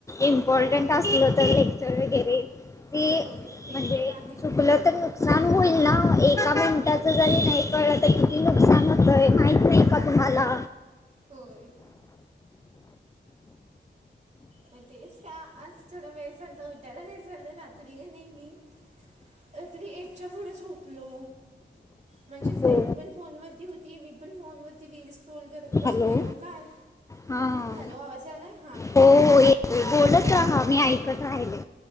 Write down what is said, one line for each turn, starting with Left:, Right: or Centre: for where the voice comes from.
Left: इम्पॉर्टंट असलं तर लेक्चर वगैरे ती
Right: होय ते
Left: म्हणजे
Right: तर आहेच
Left: चुकलं तर सान होईल ना एका मिनटाच जरी नाही कळलं तर किती नुकसान होतय माहित नाही का तुम्हाला
Right: होय म तेच का आज थोडा वेळ झालता उटायला कार चाललंय रात्री ग नाही मी रात्री एकच्या पुढे झोपलो माझे फ्रेंड
Left: हो
Right: पण फोन वरती होती मी पण फोनवर ती रिल्स स्क्रोल करत बसलेलो
Left: हॅलो
Right: काय
Left: हां
Right: हॅलो आवाज आलाय हा
Left: हो हो येतोय बोलत मी ऐकत राहिले